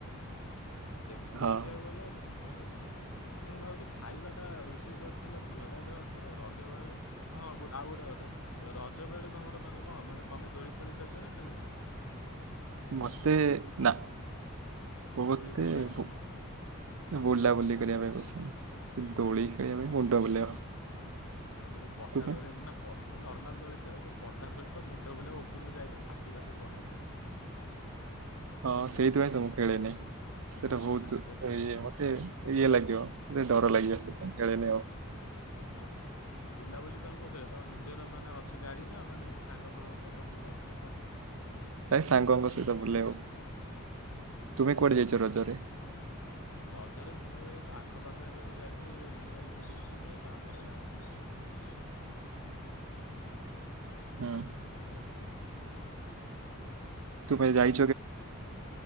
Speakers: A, on the left; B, on the right.
A: ସେମିତି
B: ହଁ।
A: ଦେଖିବାକୁ ଗଲେ ଭଲ ସେମିତି ନା ମୁଁ ଭାବୁଚି ଖାଇବାଟା ରୋଷେଇ କରିଥି ଥିଲେ ଭଲ କାଇଁ ଦେ ତ ରଜ ବେଳେ ହଁ ଗୋ ଆଉ ଗୋଟେ କଥା। ରଜ ବେଳେ ତମର ମାନେ କଣ ମାନେ ତମେ ଦୋଳି ଫୋଳି ଖେଳୁଚ ନା ଖେଳୁନା।
B: ମତେ ନା ମତେ
A: ଦୋଳି ଭଲ ଲାଗେନି
B: ବୁ
A: ନା କଣ?
B: ବୁଲାବୁଲି କରିବା ପାଇଁ ପସନ୍ଦ ଦୋଳି ଖେଳିବା ପାଇଁ ମୁଣ୍ଡ ବୁଲେଇବ।
A: ହଁ ଯୋଉ ପଟା
B: ତୁ ପାଇଁ
A: ଦୋଳି ନା ମୁଁ ନର୍ମାଲ ଦୋଳି ଖେଳେ ଯୋଉ ପଟା ଦୋଳି ତ ମୁଣ୍ଡ ବୁଲେଇ ଉପରକୁ ଯାଇଥିବ ଛାତି ଫାତି କଣ ହେଇଯିବ।
B: ହଁ
A: ଆଉ ସେମିତି
B: ସେଇଥିପାଇଁ
A: କିଛି
B: ତ ମୁଁ ଖେଳେନି ସେଇଟା ବହୁତ
A: ଆ ସେ
B: ଇଏ ମତେ ଇଏ ଲାଗିବ ଟିକେ ଡର ଲାଗିବ ସେ ଖେଳେନି ଆଉ।
A: ଓହୋ ବୁଲାବୁଲି ତମେ କୋଉଥିରେ ତମ ନିଜର ମାନେ ଅଛି ଗାଡି ନା ମାନେ ସାଙ୍ଗ ଫାଙ୍ଗ ସହିତ ବୁଲ ନା କଣ?
B: ନାଇଁ ସାଙ୍ଗଙ୍କ ସହିତ ବୁଲେ ଆଉ, ତୁମେ କୁଆଡେ ଯାଇଚ ରଜରେ?
A: ରଜରେ ମୁଁ ଏଇ ଆଖପାଖ ଏରିଆକୁ ଯାଇଚି ଯୋଉ ଏମିତି ଯେମିତି ହେଲା ଆମର ଏଇ ଯୋଉ ଭୁବନେଶ୍ଵର।
B: ଉଁ
A: ହେଲା।
B: ତୁ କେବେ ଯାଇ